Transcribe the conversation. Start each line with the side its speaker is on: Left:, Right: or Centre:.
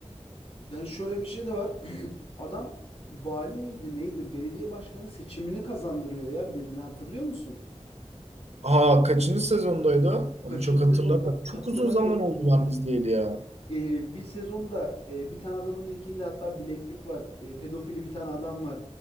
Left: Yani şöyle bir şey de var. <clears throat> Adam vali miydi neydi? Belediye başkanı seçimini kazandırıyor ya birini hatırlıyor musun?
Right: Aa kaçıncı sezondaydı o? Onu
Left: Kaçıncı
Right: çok hatırlamıyorum.
Left: sezonda hatırlamıyorum.
Right: Çok uzun zaman oldu ben izleyeli ya.
Left: Ee, bir sezonda e, bir tane adamın tekinde hatta bileklik var. E, pedofili bir tane adam var.